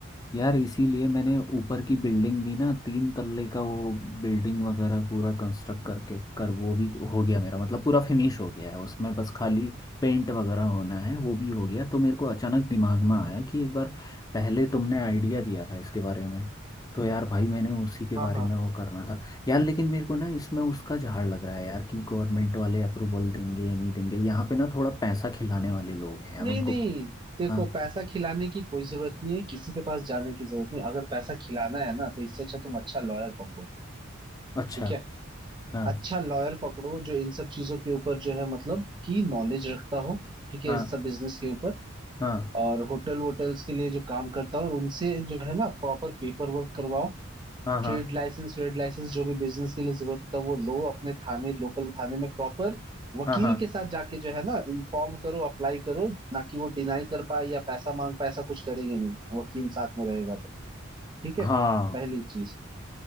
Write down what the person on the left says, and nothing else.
यार इसीलिए मैंने ऊपर की बिल्डिंग भी ना तीन तल्ले का वो बिल्डिंग वगैरह पूरा कंस्ट्रक्ट करके कर वो भी हो गया मेरा मतलब पूरा फिनिश हो गया है उसमें बस खाली पेंट वगैरह होना है वो भी हो गया तो मेरे को अचानक दिमाग में आया कि एक बार पहले तुमने आइडिया दिया था इसके बारे में तो यार भाई मैंने उसी के
बारे
में वो करना था यार लेकिन मेरे को ना इसमें उसका झाड़ लग रहा है यार कि गवर्नमेंट वाले अप्रूवल देंगे या नहीं देंगे यहाँ पे ना थोड़ा पैसा खिलाने वाले लोग हैं यार
उनको
हाँ
अच्छा
हाँ
हाँ
हाँ
हाँ हाँ
हाँ हाँ
हाँ